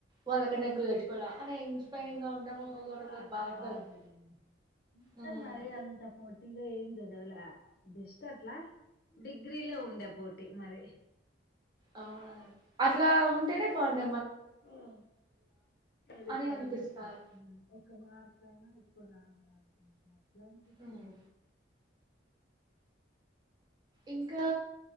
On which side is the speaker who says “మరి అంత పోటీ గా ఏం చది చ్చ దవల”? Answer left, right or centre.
Left